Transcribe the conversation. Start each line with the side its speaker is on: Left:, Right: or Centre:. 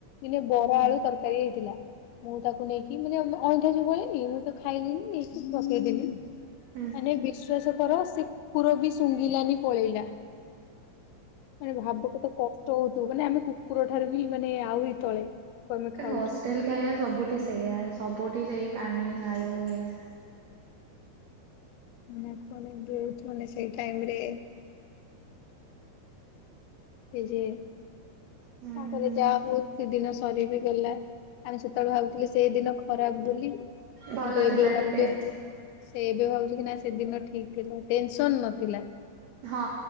Left: ଦିନେ ବରା
Right: ହୁଁ
Left: ଆଳୁ ତରକାରୀ ହେଇଥିଲା ମୁଁ ତାକୁ ନେଇକି ମାନେ ଆମ ଅଇଁଠା ଯୋଉ ବଳେନି ମୁଁ ତ ଖାଇଲିିନି ନେଇକୀ ପକେଇଦେଲି।
Right: ହୁଁ।
Left: ମାନେ ବିଶ୍ଵାସ କର ସେ କୁକୁର ବି ଶୁଙ୍ଘିଲାନି ପଳେଇଲା। ମାନେ ଭାବ କେତେ କଷ୍ଟ ହୋଉଥିବ ମାନେ ଆମେ କୁକୁର ଠାରୁ ବି ମାନେ ଆହୁରି ତଳେ। ତାକୁ ଆମେ ଖାଉଛୁ
Right: ହଷ୍ଟେଲ ଖାଇବା ସବୁଠି ସେଇଆ। ସବୁଠି ସେଇ ପାଣି ଆଳୁ ଏଇଆ।
Left: ମାନ <inaudible> ବହୁତ ମାନେ ସେଇ ଟାଇମ ରେ ସେ ଯେ
Right: ହୁଁ
Left: ତାଙ୍କରେ
Right: ହୁଁ
Left: ଯାହା ହଉ ସେଦିନ ସରି ବିି ଗଲା। ଆମେ ସେତେବେଳେ ଭାବୁଥିଲୁ ସେ ଦିନ ଖରାପ ବୋଲି କିନ୍ତୁ
Right: ଭଲ
Left: ଏବେ
Right: ଥିଲା
Left: ଭାବୁଚେ
Right: କେତେ
Left: ସେ ଏବେ ଭାବୁଚି କି ନା ସେଦିନ ଠିକ ଥିଲା ଟେନସନ ନଥିଲା।
Right: ହଁ